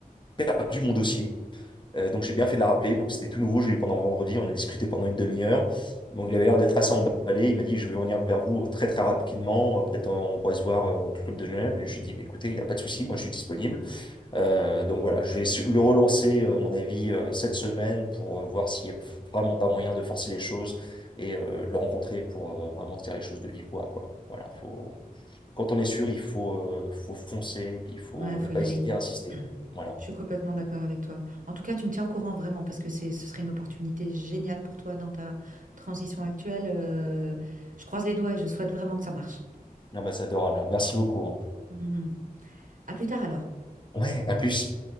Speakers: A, on the left; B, on the right.
A: perdu mon dossier. Euh, donc j'ai bien fait de la rappeler. Donc c'était tout nouveau. J'ai eu pendant vendredi. On a discuté pendant une demi-heure. Donc il avait l'air d'être assez emballé. Il m'a dit, je vais revenir vers vous euh, très très rapidement. Euh, Peut-être on pourrait se voir euh, au club de Genève. Et je lui ai dit, mais écoutez, il n'y a pas de souci. Moi, je suis disponible. Euh, donc voilà, je vais le relancer, euh, à mon avis, euh, cette semaine pour euh, voir s'il n'y a vraiment pas moyen de forcer les choses et euh, de le rencontrer pour euh, vraiment se dire les choses de vive voix, quoi. Voilà, faut... Quand on est sûr, il faut, euh, faut foncer et puis il faut
B: mhm. Ouais, faut
A: ne pas
B: y
A: hésiter
B: aller. <clears throat>
A: à insister. Voilà.
B: Je suis complètement d'accord avec toi. En tout cas, tu me tiens au courant vraiment parce que c'est, ce serait une opportunité géniale pour toi dans ta transition actuelle. Euh, je croise les doigts et je souhaite vraiment que ça marche.
A: Non, bah, c'est adorable. hein. Merci beaucoup. hein.
B: Mhm. À plus tard alors.
A: Ouais, à plus.